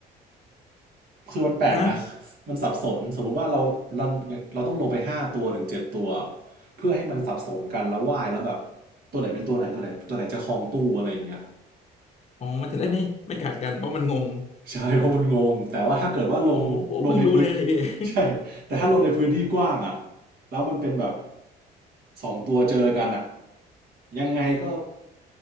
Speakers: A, on the right; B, on the left.
A: คือมันแปลกนะ
B: ฮะ
A: มันสับสนสมมติว่าเราเราเราต้องลงไปห้าตัวถึงเจ็ดตัวเพื่อให้มันสับสนกันแล้วว่ายแล้วแบบตัวไหนเป็นตัวไหนตัวไหนตัวไหนจะครองตู้อะไรอย่างเงี้ย
B: อ๋อมันจะได้ไม่ไม่กัดกันเพราะมันงง
A: ใช่เพราะมันงงแต่ว่าถ้าเกิดว่าลงลงในพื้น
B: อ๋อโอ้เพิ่งรู้เลยนะเนี่ยพี่
A: ใช่แต่ถ้าลงในพื้นที่กว้างอ่ะแล้วมันเป็นแบบสองตัวเจอกันอ่ะยังไงก็